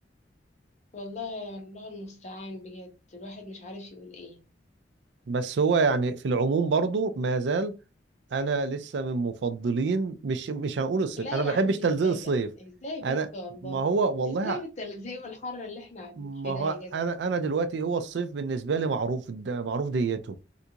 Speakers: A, on the left; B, on the right.
A: والله يا الله المستعان بجد الواحد مش عارف يقول إيه
B: بس هو يعني في العموم برضو ما زال انا لسه من مفضلين مش مش هنقول الصيف
A: لا
B: انا ما
A: يا عم
B: بحبش تلزيق
A: إزاي
B: الصيف
A: بقى إزاي
B: انا
A: بس والله
B: ما هو والله
A: إزاي
B: ع-
A: بالتلزيق والحر اللي إحنا قاعدين
B: ما
A: فيه
B: هو
A: ده يا جدع
B: انا انا دلوقتي هو الصيف بالنسبه لي معروف د- معروف ديته